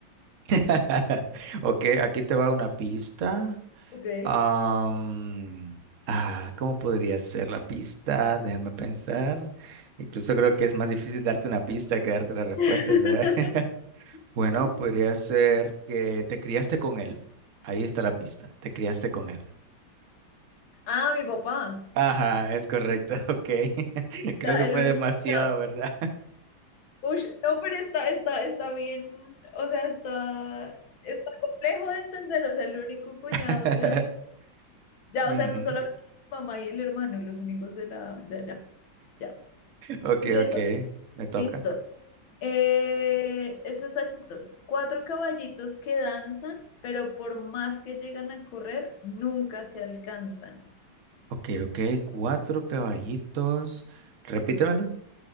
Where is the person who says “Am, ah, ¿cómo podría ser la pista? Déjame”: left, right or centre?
Right